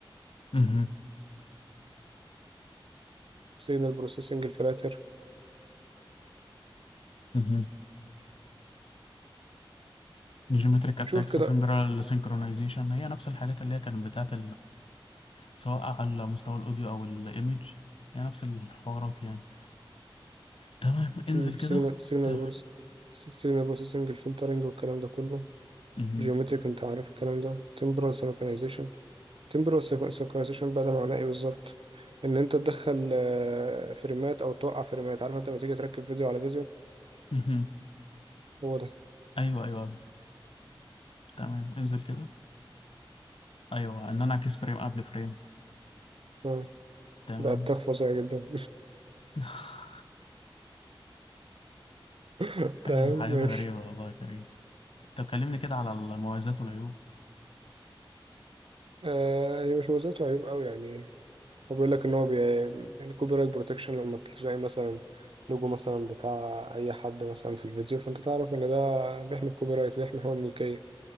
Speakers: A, on the left (about 85°); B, on the right (about 80°).
A: مهم.
B: سيجنال بروسيسنج الفلاتر
A: مهم. جيومتريك اتاكس
B: شوف كده
A: وتمبرال سينكرونايزيشن هي نفس الحاجات اللي هي كانت بتاعت سواء على مستوى الاوديو او الايمج يعني نفس الحوارات يعني تمام انزل
B: مم،
A: كده
B: سيجنال سيجنال
A: ت...
B: بروس سيجنال بروسيسنج الفلترنج والكلام ده كله
A: مهم.
B: جيومتريك انت عارف الكلام ده تمبرال سينكرونايزيشن تمبرال سينكرونايزيشن بقى ده معناه ايه بالظبط ان انت تدخل آه، فريمات او توقع فريمات عارف انت لما تيجي تركب فيديو على فيديو
A: مهم.
B: هو ده
A: ايوه ايوه أيوة. تمام انزل كده ايوه ان انا اعكس فريم قبل فريم
B: آه،
A: تمام
B: ده اتاك فظيع جدا
A: <laughs>
B: <laughs>
A: حاجه
B: تمام
A: حاجات
B: ماشي
A: غريبه والله يا كريم طب كلمني كده على المميزات والعيوب
B: آه، هي مش مميزات وعيوب قوي يعني هو بيقول لك ان هو بي... يعني كوبي رايت بروتكشن لما تلاقي مثلا لوجو مثلا بتاع اي حد مثلا في الفيديو فانت تعرف ان ده بيحمي الكوبي رايت بيحمي حقوق الملكيه